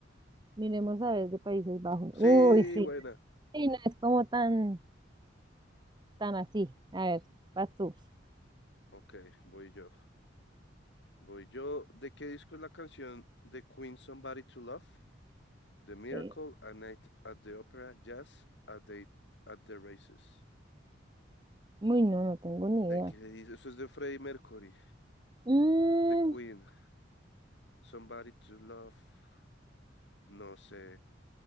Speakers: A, on the right (about 20°); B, on the left (about 65°).
A: Miremos a ver de Países Bajos.
B: Sí,
A: Uy, sí.
B: buena.
A: Sí, no es como tan, tan así. A ver, vas tú.
B: Ok, voy yo. Voy yo. ¿De qué disco es la canción The Queen Somebody to Love? The Miracle,
A: Eh,
B: A Night at the Opera, Jazz, A Day at the Races.
A: uy, no, no tengo ni
B: ¿De
A: idea.
B: qué dice? Eso es de Freddie Mercury.
A: Mm,
B: The Queen, Somebody to Love. No sé.